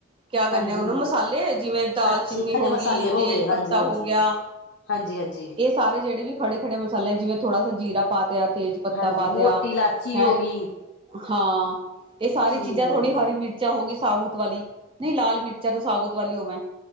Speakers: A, on the right; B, on the left.
A: ਕਿਆ ਕਹਿਣੇ
B: ਹਾਂਜੀ
A: ਓਨੂੰ ਮਸਾਲੇ ਜਿਵੇਂ ਦਾਲਚੀਨੀ
B: ਅੱਛੇ ਖੜੇ
A: ਹੋਗੀ।
B: ਮਸਾਲੇ ਹੋ
A: ਤੇਜ
B: ਗਏ ਹਾਂਜੀ
A: ਪੱਤਾ
B: ਹਾਂਜੀ
A: ਹੋ ਗਿਆ।
B: ਹਾਂਜੀ ਹਾਂਜੀ
A: ਇਹ ਸਾਰੇ ਜੇੜੇ ਵੀ ਖੜੇ-ਖੜੇ ਮਸਾਲਿਆਂ ਜਿਵੇ ਥੋੜਾ ਸਾ ਜ਼ੀਰਾ ਤਿਆ ਤੇਜ਼ ਪੱਤਾ
B: ਹਾਂਜੀ
A: ਪਾ
B: ਮੋਟੀ
A: ਤਿਆ,
B: ਇਲਾਚੀ
A: ਹੈਂ,
B: ਹੋ ਗਈ
A: ਹਾਂ ਏਹ ਸਾਰੀ
B: ਠੀਕ
A: ਚੀਜ਼ਾਂ ਥੋੜੀ
B: ਆ ਜੀ
A: ਹਰੀ ਮਿਰਚ ਚਾ ਹੋ ਗਈ ਸਾਬੂਤ ਵਾਲੀ, ਨਈ ਲਾਲ ਮਿਰਚਾਂ ਤਾਂ ਸਾਬੂਤ ਵਾਲੀ ਹੋਵੇ।